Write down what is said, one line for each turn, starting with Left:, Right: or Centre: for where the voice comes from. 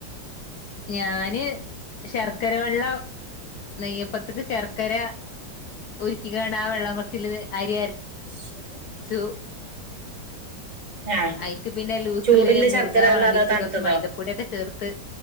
Left: ഞാന് ശർക്കര വെള്ളം നെയ്യപ്പത്ത്ക്ക് ശർക്കര. ഉരുക്കിക്കാണ്ട് ആ വെള്ളത്തിൽ അരി അരച്ച.
Right: <unintelligible>
Left: ച്ചു
Right: ആഹ്
Left: അയിക്ക് പിന്നെ ലൂസിലിന്
Right: ചൂടില്ല
Left: മുറുഗാൻ
Right: ശർക്കര
Left: വേണ്ടിട്ട്
Right: ഉള്ളോ അതോ തണുത്തതോ
Left: കുറച്ച് മൈതപ്പൊടിയൊക്കെ ചേർത്ത്.